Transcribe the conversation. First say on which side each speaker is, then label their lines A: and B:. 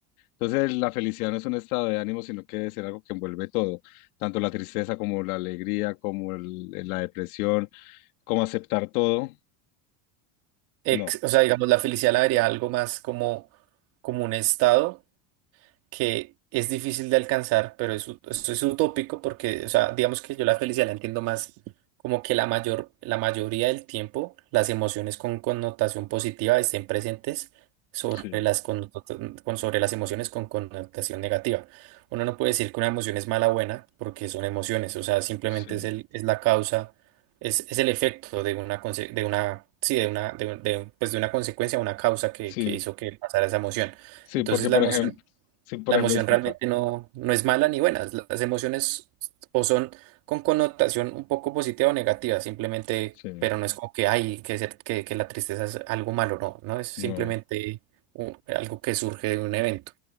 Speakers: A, on the left; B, on the right.
A: Entonces, la felicidad no es un estado de ánimo, sino que es algo que envuelve todo, tanto la tristeza como la alegría, como el- la depresión, como aceptar todo.
B: ex-
A: No.
B: o sea, digamos, la felicidad la vería algo más como, como un estado que es difícil de alcanzar, pero es, u- esto es utópico porque, o sea, digamos que yo la felicidad la entiendo más como que la mayor, la mayoría del tiempo las emociones con connotación positiva estén presentes sobre
A: Sí,
B: las, connota- con, sobre las emociones con connotación negativa. Uno no puede decir que una emoción es mala o buena porque son emociones, o sea, simplemente
A: sí,
B: es el, es la causa, es, es el efecto de una, conse- de una, sí, de una, de, un- de un- pues de una consecuencia, una causa que,
A: sí.
B: que hizo que pasara esa emoción.
A: Sí,
B: Entonces
A: porque
B: la
A: por
B: emoción
A: ejemplo, sí, por
B: la
A: ejemplo,
B: emoción
A: disculpa.
B: realmente no, no es mala ni buena. Las emociones o son con connotación un poco positiva o negativa, simplemente,
A: Sí,
B: pero no es como que hay que ser que, que la tristeza es algo malo, no, no es simplemente
A: no.
B: un- algo que surge de un evento.